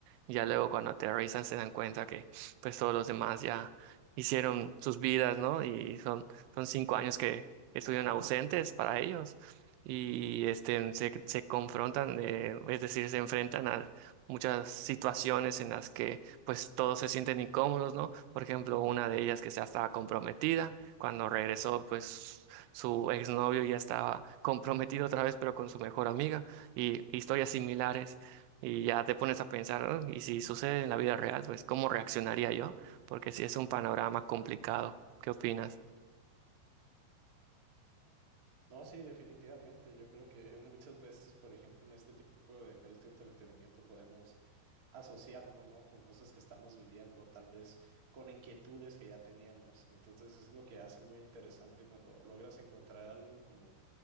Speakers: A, on the right; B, on the right.
A: Ya luego cuando aterrizan se dan cuenta que pues todos los demás ya hicieron sus vidas, ¿no? Y son, son cinco años que estuvieron ausentes para ellos. Y este, se, se confrontan, eh, es decir, se enfrentan a muchas situaciones en las que pues todos se sienten incómodos, ¿no? Por ejemplo, una de ellas que ya estaba comprometida, cuando regresó pues su exnovio ya estaba comprometido otra vez, pero con su mejor amiga, y historias similares. Y ya te pones a pensar, "Ah, y si sucede en la vida real, pues ¿cómo reaccionaría yo? Porque sí es un panorama complicado. ¿Qué opinas?
B: No, sí, definitivamente. Yo creo que muchas veces, por ejemplo, en este tipo de medios de entretenimiento podemos asociarlo, ¿no? Con cosas que estamos viviendo, tal vez con inquietudes que ya teníamos. Entonces es lo que hace muy interesante cuando logras encontrar algo como